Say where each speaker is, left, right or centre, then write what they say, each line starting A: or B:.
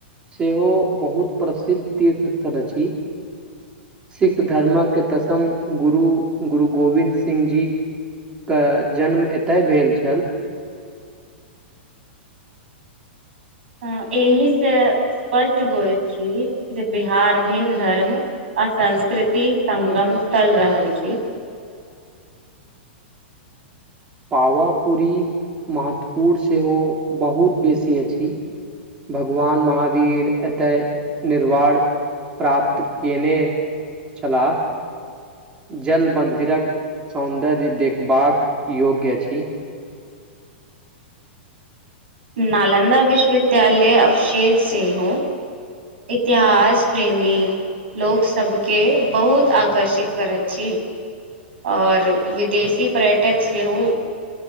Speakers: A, on the right; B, on the right.
A: सेहो बहुत प्रसिद्ध तीर्थ स्थल अछि सिख धर्मक दशम गुरु गुरु गोविंद सिंह जी के जन्म एतय भेल छनि
B: हँ एहि सँ स्पष्ट होइ छी जे बिहार भिन्न धर्म आ संस्कृति संगम स्थल रहल अछि
A: पावापुरीक महत्व सेहो बहुत बेसी अछि भगवान महावीर एते निर्वाण प्राप्त केने छलाह जल मन्दिरक सौन्दर्य देखबाक योग्य अछि
B: नालंदा विश्वविद्यालयक अवशेष सेहो इतिहास प्रेमी लोक सब केँ बहुत आकर्षि करति छी आर विदेशी पर्यटक सेहो